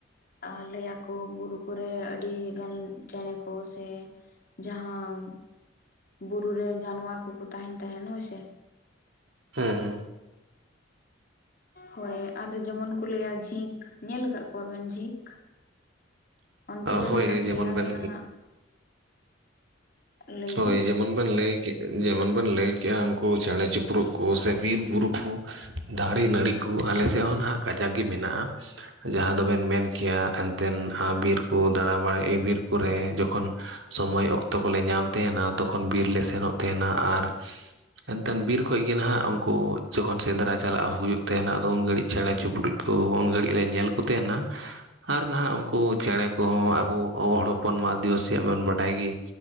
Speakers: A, on the left; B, on the right.
A: ᱟᱼ ᱞᱟᱹᱭ ᱟᱠᱚ, ᱵᱩᱨᱩ ᱠᱚ ᱨᱮ, ᱟᱹᱰᱤ ᱜᱟᱱ ᱪᱮᱬᱮ ᱠᱚ, ᱥᱮ ᱡᱟᱦᱟᱸ ᱵᱩᱨᱩ ᱨᱮ, ᱡᱟᱱᱣᱟᱨ ᱠᱚ ᱠᱚ, ᱛᱟᱦᱮᱱ ᱛᱟᱦᱮᱸ ᱦᱳᱭ ᱥᱮ
B: ᱦᱩᱸᱻᱦᱩᱸ ᱾
A: ᱦᱳᱭ, ᱟᱫᱚ ᱡᱮᱢᱚᱱ ᱠᱚ, ᱞᱟᱹᱭᱟ ᱡᱷᱤᱠ, ᱧᱮᱞ ᱟᱠᱟᱫ ᱠᱚᱣᱟᱵᱮᱱ ᱡᱷᱤᱠ? ᱩᱱᱠᱩ ᱫᱚ
B: ᱦᱳᱭ
A: ᱱᱟᱦᱟᱜ,
B: ᱦᱮᱸ ᱦᱮᱸ ᱦᱳᱭ ᱡᱮᱢᱚᱱ
A: ᱫᱮᱭᱟ
B: ᱵᱮᱱ
A: ᱨᱮ ᱱᱟᱦᱟᱜ ᱞᱟᱹᱭ
B: ᱦᱳᱭ,
A: ᱵᱤᱱ
B: ᱡᱮᱢᱚᱱ ᱵᱮᱱ ᱞᱟᱹᱭ ᱠᱮᱜ, ᱡᱮᱢᱚᱱ ᱵᱮᱱ ᱞᱟᱹᱭ ᱠᱮᱜᱼᱟ, ᱩᱱᱠᱩ ᱪᱮᱬᱮ ᱪᱩᱯ ᱯᱩᱨᱩᱜ ᱠᱚ ᱥᱮ, ᱵᱤᱨ ᱵᱩᱨᱩ ᱠᱚ, ᱫᱟᱨᱮ ᱱᱟᱹᱲᱤ ᱠᱚ, ᱟᱞᱮ ᱥᱮᱫ ᱦᱚᱸ ᱱᱟᱦᱟᱸᱜ, ᱠᱟᱡᱟᱠ ᱜᱮ ᱢᱮᱱᱟᱜᱼᱟ ᱾ ᱡᱟᱦᱟᱸ ᱫᱚ ᱵᱮᱱ ᱢᱮᱱ ᱠᱮᱭᱟ, ᱮᱱᱛᱮᱫ, ᱦᱟᱸ ᱵᱤᱨ ᱠᱚ, ᱫᱟᱬᱟ ᱵᱟᱲᱟᱭ, ᱮ ᱵᱤᱨ ᱠᱚᱨᱮ, ᱡᱚᱠᱷᱚᱱ ᱥᱚᱢᱚᱭ ᱚᱠᱛᱚ ᱠᱚᱞᱮ ᱧᱟᱢ ᱛᱟᱦᱮᱱᱟ, ᱛᱚᱠᱷᱚᱱ ᱵᱤᱨ ᱞᱮ ᱥᱮᱱᱚᱜ ᱛᱟᱦᱮᱱᱟ ᱟᱨ ᱮᱱᱛᱮᱫ ᱵᱤᱨ ᱠᱷᱚᱡ ᱜᱮ ᱱᱟᱦᱟᱸᱜ ᱩᱱᱠᱩ ᱡᱚᱠᱷᱚᱱ ᱥᱮᱸᱫᱽᱨᱟ ᱪᱟᱞᱟᱜ ᱦᱩᱭᱩᱜ ᱛᱟᱦᱮᱱᱟ ᱟᱫᱚ ᱩᱱ ᱜᱷᱟᱹᱲᱤᱡ ᱪᱮᱬᱮ ᱪᱩᱯᱲᱩᱪ᱾ ᱠᱚ ᱩᱱ ᱜᱷᱟᱹᱲᱤᱡ ᱞᱮ ᱧᱮᱞ ᱠᱚ ᱛᱟᱦᱮᱱᱟ᱾ ᱟᱨ ᱱᱟᱦᱟᱸᱜ ᱩᱱᱠᱩ ᱪᱮᱬᱮ ᱠᱚᱦᱚᱸ ᱟᱵᱚ ᱦᱚᱲ ᱦᱚᱯᱚᱱ ᱢᱟ ᱟᱹᱫᱤᱵᱟᱹᱥᱤᱭᱟᱜ ᱵᱚᱱ ᱵᱟᱰᱟᱭ ᱜᱮ᱾